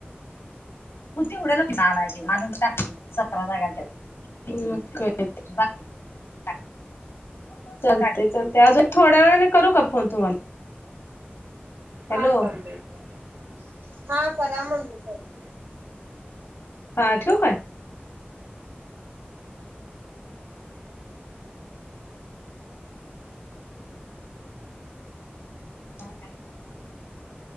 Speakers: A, on the left; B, on the right.
A: म तेवढं लोक, <unintelligible> आणून टाकली सतरा जागेवर. मग काय तर. <unintelligible> चालतंय चालतंय, अजून थोड्या वेळाने करू का फोन तुम्हाला?
B: हा
A: हॅलो
B: चालते. <inaudible> हा करा म्हटलं चालते.
A: हा ठेव काय? <unintelligible> <inaudible>